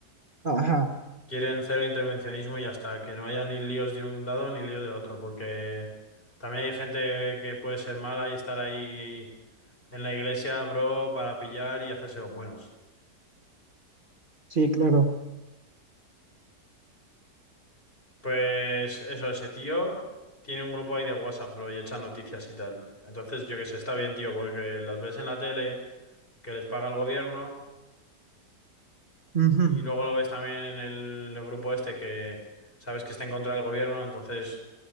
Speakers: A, on the right (about 30°); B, on the left (about 30°).
A: Ajá,
B: Quieren cero intervencionismo y ya está, que no haya ni líos de un lado ni líos de otro, porque también hay gente que puede ser mala y estar ahí en la iglesia, bro, para pillar y hacerse los buenos.
A: sí, claro.
B: Pues eso, ese tío tiene un grupo ahí de WhatsApp, bro, y echa noticias y tal. Entonces, yo qué sé, está bien, tío, porque los ves en la tele, que les paga el gobierno,
A: ujú,
B: y luego lo ves también en el grupo este que sabes que está en contra del gobierno, entonces